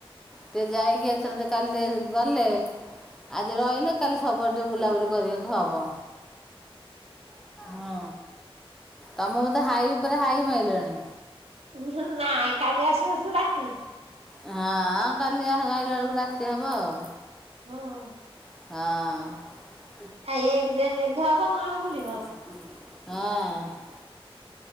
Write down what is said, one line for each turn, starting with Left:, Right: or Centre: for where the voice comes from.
Centre: ଟିକେ ଯାଇକି ଏଥର ଟେ କାଲି ଟିକେ ଗଲେ ଆଜି ରହିଲେ କାଲି ସବୁଆଡ଼ ଟିକେ ବୁଲାବୁଲି କରିବାକୁ ହବ। ହଁ ତମକୁ ତବତେ ହାଇ ଉପରେ ହାଇ ମାଇଲାଣି।
Right: ଉଁ ସୁ ନାଇଁ କାଲି ଆସୁ ଆସୁରୁ ରାତି
Centre: ହଁ ଆ କାଲି ଆ ହେଇ ଆଇଲା ବେଳକୁ ରାତି ହବ ଆଉ।
Right: ହଁ।
Centre: ହଁ।
Right: ଆ ଏମତି ଯେ ମେଘ ହବ କଣ ବୁଲି
Centre: ହଁ।